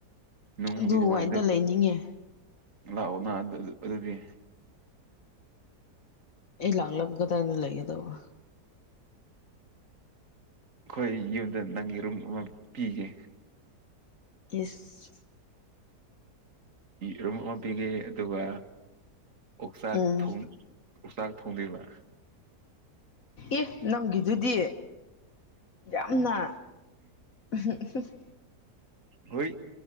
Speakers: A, on the right; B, on the left.
A: ꯅꯨꯡꯕꯨꯗꯤ
B: ꯑꯗꯨꯋꯥꯏꯗ
A: ꯅꯨꯡꯉꯥꯏ ꯑꯗꫭ
B: ꯂꯩꯅꯤꯡꯉꯦ
A: ꯂꯥꯛꯑꯣ ꯅꯥ ꯑꯗꯨꯗꯤ꯫
B: ꯑꯩ ꯂꯥꯛꯂꯒ ꯀꯗꯥꯏꯗ ꯂꯩꯒꯗꯕ꯫
A: ꯑꯩꯈꯣꯏ ꯌꯨꯝꯗ ꯅꯪꯒꯤ ꯔꯨꯝ ꯑꯃ ꯄꯤꯒꯦ
B: ꯏꯁ
A: ꯔꯨꯝ ꯑꯃ ꯄꯤꯒꯦ ꯑꯗꯨꯒ ꯑꯣꯛꯆꯥꯛ
B: ꯎꯝ
A: ꯊꯣꯡ ꯑꯣꯛꯆꯥꯛ ꯊꯣꯡꯗꯣꯏꯕ
B: ꯑꯦ ꯅꯪꯒꯤꯗꯨꯗꯤ ꯌꯥꯝꯅ <unintelligible>
A: ꯍꯣꯏ